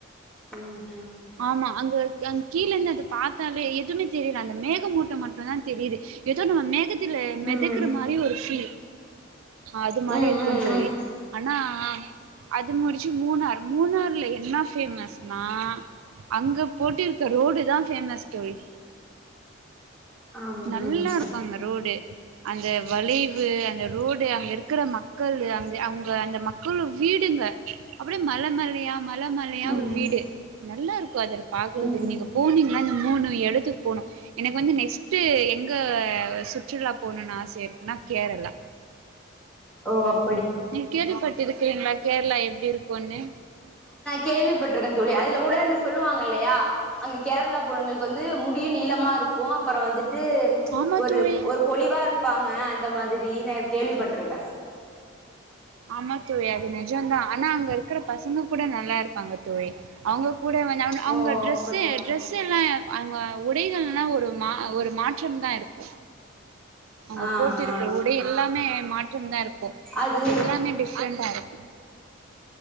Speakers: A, in the centre; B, on the right (about 85°).
A: உம்
B: ஆமா அங்க அங் கீழ இருந்து அது பாத்தாலே எதுவுமே தெரில அந்த மேகமூட்டமட்டும் தா தெரியுது ஏதோ நம்ம மேகத்தில மெதக்குற
A: ம்
B: மாதிரி ஒரு ஃபீல் அது மாரி
A: ம்
B: இருக்கும்
A: ம்
B: தோழி
A: ம்
B: அனா அது முடிச்சு மூணார் மூணறு இல்ல என பேமஸ்னா அங்க போட்டிருக்க ரோடு தா பேமஸ் தோழி
A: ஆம்
B: நல்லா
A: ம்
B: இருக்கும் அங்க ரோடு அந்த வளைவு அந்த ரோடு அங்க இருக்கிற மக்களு அ அவங்க அந்த மக் அவ்ளோ வீடுங்க அப்டியே மல மலயா மல மலயா
A: ம்
B: வீடு நல்லா இருக்கும் அதல பாகறதுக்கு
A: ம்
B: நீங்க போனீங்க மூணு இடத்துக்கு போனும் எனக்கு வந்து நெக்ஸ்ட் விட்டு எங்க சுற்றுலா போணுனு ஆசெ இருக்குன்னா கேரளா
A: ஓ அப்
B: நீங் கேள்விப்பட்டிருக்கிறீங்களா கேரளா எப்படி இருக்குன்னு
A: கேள்விபட் பட்டு இருக்க தோழி சொல்லி அதுல கூடனு சொல்லுவாங்க கல்லையா அங்கு கேரளா போன்களுக்கு வந்து முடியும் நீளமா ருக்கும் அப்புறம் வந்து ட்டு
B: ஆமா
A: ஒரு
B: தோழி
A: ஒரு பொலிவா இருப்பாங்க அந்த மாதிரி கேள்விப்பட் <unintelligible>
B: ஆமா தோழி அது நிஜம்தா ஆனா அங்க இருக்கிற ப் பசங்க கூட
A: ம்
B: நல்லா இருப்பாங்க தோழி அவங்க் கூட வந் அவங்க
A: ஓ
B: ட்ரெஸ்சே
A: அப்படியா
B: ட்ரெஸ் எல்லாம் அவங்க உடைகள் ன்ன ஒரு மா ஒரு மாற்றம் தா இருக்கு அவங்க
A: ஆ
B: போட்டிருக்க
A: ஆ
B: உடை எல்லாமே மாற்றம் தா இருக் போ
A: அது
B: எல்லாமே டிஃப்ரெண்டா இருக்